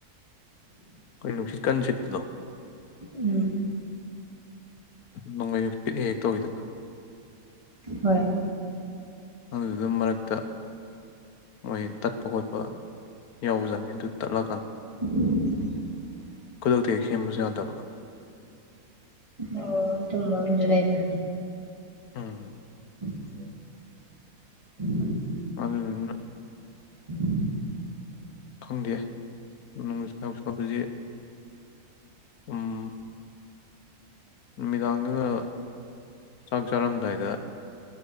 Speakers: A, on the left; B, on the right.
A: ꯈꯣꯏ ꯅꯨꯡꯁꯤ ꯀꯟ ꯁꯤꯠꯄꯗꯣ
B: ꯎꯝ
A: ꯅꯣꯡꯂꯩ ꯅꯨꯡꯁꯤꯠ ꯍꯦꯛ ꯍꯦꯛ ꯇꯧꯏꯗꯅ
B: ꯍꯣꯏ
A: ꯅꯪꯁꯨꯗꯨꯝ ꯃꯔꯛꯇ ꯃꯣꯏꯒꯤ ꯇꯠꯄ ꯉꯣꯠꯄ ꯌꯥꯎꯕ ꯖꯥꯠꯅꯤ ꯗꯨ ꯇꯠꯂ
B: <unintelligible>
A: ꯈꯨꯗꯛꯇ ꯍꯦꯛ ꯁꯦꯝꯕꯁꯨ ꯌꯥꯗꯕꯣ
B: ꯑꯣ ꯑꯗꯨꯝꯕꯥ ꯑꯃꯁꯨ ꯂꯩꯕꯔ꯭
A: ꯎꯝ
B: <unintelligible>
A: ꯑꯗꯨꯗꯨꯅ
B: <unintelligible>
A: ꯈꯪꯗꯦ <unintelligible> ꯎꯝ ꯅꯨꯃꯤꯗꯥꯡꯗꯒ ꯆꯥꯛ ꯆꯥꯔꯝꯗꯥꯏꯗ